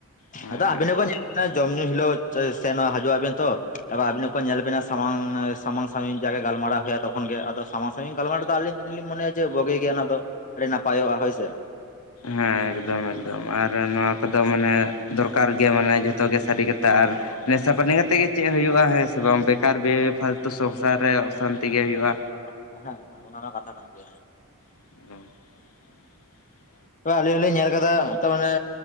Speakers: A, on the left; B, on the left.
A: ᱦᱮᱸ
B: ᱟᱫᱚ ᱟᱵᱤᱱ ᱦᱚᱸᱠᱚ ᱧᱮᱞ ᱡᱚᱢ ᱧᱩ ᱦᱤᱞᱳᱜ ᱥᱮᱱ ᱦᱤᱡᱩᱜ ᱟᱵᱤᱱ ᱛᱚ ᱮᱟᱨ ᱟᱵᱤᱱ ᱦᱚᱸ ᱠᱚ ᱧᱮᱞ ᱵᱮᱱᱟ ᱥᱟᱢᱟᱝ - ᱥᱟᱢᱟᱝ ᱥᱟᱜᱤᱧ ᱡᱟᱜᱮ ᱜᱟᱞᱢᱟᱨᱟᱣ ᱯᱮ ᱛᱚᱠᱷᱚᱱ ᱜᱮ ᱟᱫᱚ ᱥᱟᱢᱟᱝ ᱥᱟᱜᱤᱧ ᱜᱟᱞᱢᱟᱣ ᱟᱞᱤᱧ ᱛᱮᱜᱮ ᱞᱤᱧ ᱢᱚᱱᱮᱭᱟ ᱡᱮ ᱵᱚᱜᱤ ᱜᱮᱭᱟ ᱚᱱᱟ ᱫᱚ ᱟᱹᱰᱤ ᱱᱟᱯᱟᱭᱚᱜᱼᱟ ᱦᱳᱭ ᱥᱮ᱾
A: ᱦᱮᱸ ᱮᱠᱫᱚᱢ ᱮᱠᱫᱚᱢ ᱟᱨ ᱱᱚᱣᱟ ᱠᱚᱫᱚ ᱢᱟᱱᱮ ᱫᱚᱨᱠᱟᱨ ᱜᱮᱭᱟ ᱢᱟᱱᱮ ᱡᱚᱛᱚ ᱜᱮ ᱥᱟᱹᱨᱤ ᱠᱟᱛᱦᱟ ᱟᱨ ᱱᱮᱥᱟᱯᱟᱱᱤ ᱠᱟᱛᱮᱜ ᱜᱮ ᱪᱮᱫ ᱦᱩᱭᱩᱜᱼᱟ ᱦᱮᱸ ᱥᱮ ᱵᱟᱝ ᱵᱮᱠᱟᱨ ᱯᱷᱟᱞᱛᱩ ᱥᱚᱝᱥᱟᱨ ᱨᱮ ᱚᱥᱟᱱᱛᱤ ᱜᱮ ᱦᱩᱭᱩᱜᱼᱟ
B: ᱟᱫᱚ ᱦᱮᱸ ᱦᱮᱸ ᱚᱱᱟ ᱢᱟ ᱠᱟᱛᱷᱟ ᱠᱟᱱ ᱜᱮᱭᱟ
A: <unintelligible>
B: ᱟᱞᱤᱧ ᱦᱚᱸ ᱞᱤᱧ ᱧᱮᱞ ᱠᱟᱫᱟ ᱛᱟᱨᱢᱟᱱᱮ